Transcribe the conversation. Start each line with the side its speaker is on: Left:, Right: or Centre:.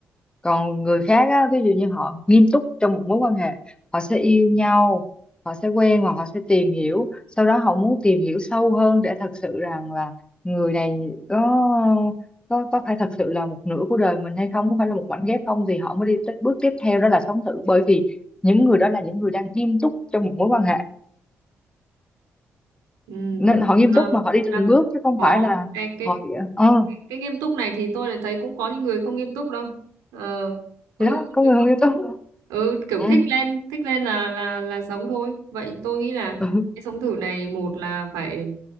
Left: còn người khác á, ví dụ như họ nghiêm túc trong một mối quan hệ họ sẽ yêu nhau họ sẽ quen và họ sẽ tìm hiểu sau đó họ muốn tìm hiểu sâu hơn để thật sự rằng là người này có có có phải thật sự là một nửa của đời mình hay không có phải là một mảnh ghép không thì họ mới đi tới bước tiếp theo đó là sống thử bởi vì những người đó là những người đang nghiêm túc trong một mối quan hệ
Right: Ừ,
Left: nên
Right: bữa-
Left: họ nghiêm
Right: ờ,
Left: túc mà họ đi từng
Right: à,
Left: bước chứ không
Right: có
Left: phải là
Right: cái cái
Left: họ ờ
Right: cái nghiêm túc này thì tôi lại thấy cũng có những người không nghiêm túc đâu ờ, có
Left: thì
Right: những
Left: đó
Right: người không
Left: có
Right: nghiêm
Left: người không
Right: túc
Left: nghiêm túc
Right: ừ kiểu
Left: ừ.
Right: thích lên thích lên là là là sống thôi vậy tôi nghĩ là
Left: ừ,
Right: cái sống thử này một là phải